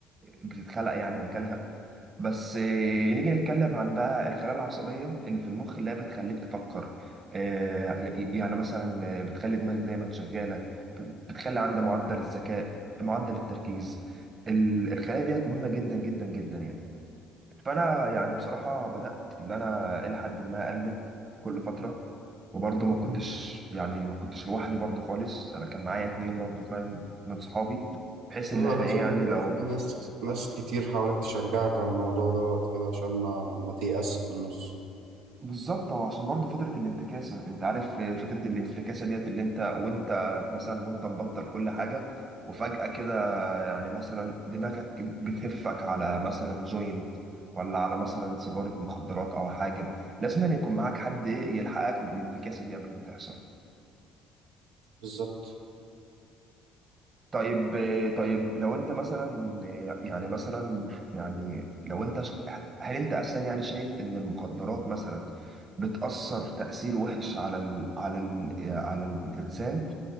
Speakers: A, on the right; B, on the right.
A: بتتخلق يعني مكانها بس آه، نيجي نتكلم عن بقى الخلايا العصبية اللي في المخ اللي هي بتخليك تفكر آه، ي- يعني مثلا آه، بتخلي دماغك دايما شغالة بت- بتخلي عندها معدل الذكاء معدل التركيز ال- الخلايا ديت مهمة جدا جدا جدا يعني فانا يعني بصراحه بدات ان انا الى حد ما اقلل كل فتره وبرضه ما كنتش يعني ما كنتش لوحدي برضه خالص انا كان معايا اتنين برضه فاهم من صحابي بحيث ان
B: ايوه
A: احنا
B: لازم
A: ايه يعني
B: يبقى
A: لو
B: في ناس ناس كتير حواليك تشجعك على الموضوع دوت كده عشان ما ما تيأس في النص
A: بالظبط هو عشان برضه فتره الانتكاسه انت عارف فتره الانتكاسه ديت اللي انت وانت مثلا وانت مبطل كل حاجه وفجاه كده يعني مثلا دماغك بتهفك على مثلا جوينت ولا على مثلا سيجارة مخدرات أو حاجة لازم أن يكون معاك حد إيه يلحقك من الانتكاسة دي قبل ما تحصل
B: بالظبط
A: طيب طيب لو أنت مثلا يعني مثلا يعني لو أنت ش- هل أنت أساسا يعني شايف إن المخدرات مثلا بتأثر تأثير وحش على ال على ال على الإنسان